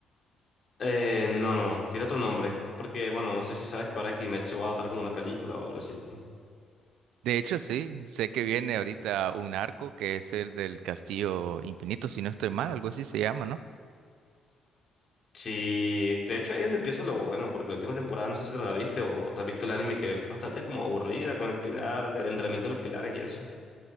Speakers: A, on the left; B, on the right.
A: Eh, no, no, no, tiene otro nombre, porque bueno, no sé si sabes que ahora Kimetsu va a adaptar como una película o algo así.
B: De hecho, sí. Sé que viene ahorita un arco que es el del Castillo Infinito, si no estoy mal, algo así se llama, ¿no?
A: Sí, de hecho ahí es donde empieza lo bueno, porque la última temporada, no sé si te la viste o te has visto el anime, que es bastante como aburrida con el pilar, del entrenamiento de los pilares y eso.